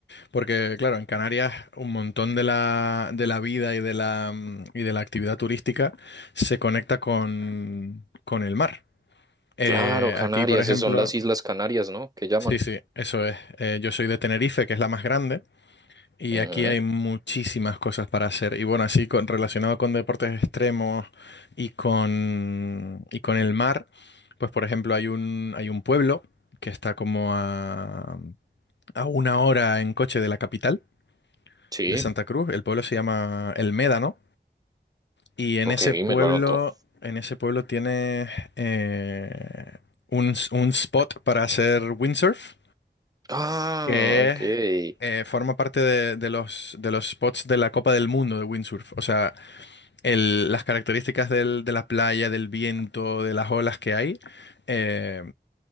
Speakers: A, on the left; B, on the right.
A: porque claro, en Canarias un montón de la, de la vida y de la, mm, y de la actividad turística se conecta con, con el mar. Eh,
B: Claro, Canarias,
A: aquí, por Claro. ejemplo,
B: esas son las Islas Canarias, ¿no? Que llaman.
A: sí, sí, eso es, eh, yo soy de Tenerife, que es la más grande, y
B: Ujú,
A: aquí hay muchísimas cosas para hacer. Y bueno, así con, relacionado con deportes extremos y con, y con el mar, pues por ejemplo hay un, hay un pueblo que está como a, a una hora en coche de la capital,
B: Sí,
A: de Santa Cruz. El pueblo se llama El Médano. Y en
B: ok,
A: ese pueblo,
B: me lo anoto.
A: en ese pueblo tiene eh, un, un spot para hacer windsurf.
B: Ah,
A: que
B: ok.
A: es, eh, forma parte de, de los, de los spots de la Copa del Mundo de windsurf. O sea, el- las características del- de la playa, del viento, de las olas que hay, eh,